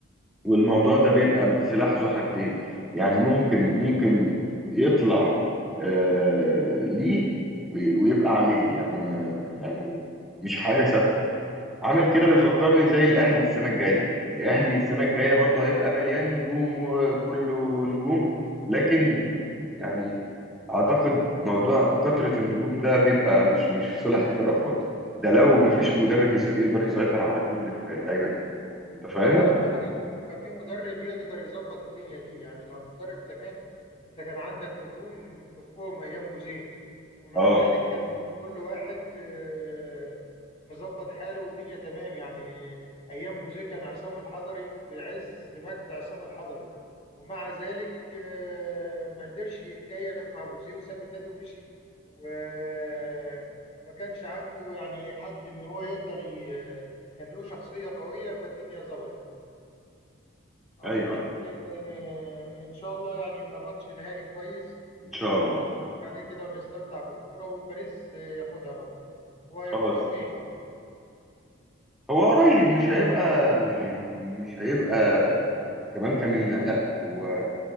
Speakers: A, in the centre; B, on the left.
A: والموضوع ده بيبقى سلاح ذو حدين يعني ممكن ممكن يطلع آه ليه وي- ويبقى عليه يعني ما ما- يعني مش حاجة ثابتة عامل كده بيفكرني زي الأهلي السنة الجاية الأهلي السنة الجاية برضه هيبقى مليان نجوم وكله نجوم لكن يعني أعتقد موضوع كثرة النجوم ده بيبقى مش مش في صالح الفرقة خالص ده لو مفيش مدرب يس- يقدر يسيطر على كل اللعيبة دي أنت فاهم؟
B: لا هو اهم حاجه ان يبقى في مدرب يقدر يظبط الدنيا دي يعني لو المدرب تمام انت كان عندك نجوم بالكوم ايام جوزيه ومع
A: اه
B: ذلك كان كل واحد آه، مظبط حاله والدنيا تمام يعني ايام جوزيه كان عصام الحضري في عز مجد عصام الحضري ومع ذلك آه، ما قدرش يتكيف مع جوزيه وساب النادي ومشي و- آه، وما كانش عنده يعني حد ان هو يقدر ي- آه، كان له شخصية قوية فالدنيا ظبطت عموما
A: ايوه
B: آه، ان شاء الله يعني يبقى ماتش نهائي كويس
A: ان شاء
B: ونتفرج
A: الله
B: عليه كده ونستمتع بالكوره وباريس آه، ياخدها برضو هو هيكون
A: خلاص
B: يوم ايه
A: هو قريب مش هيبقى م- يعني مش هيبقى كمان كام يوم يعني لا هو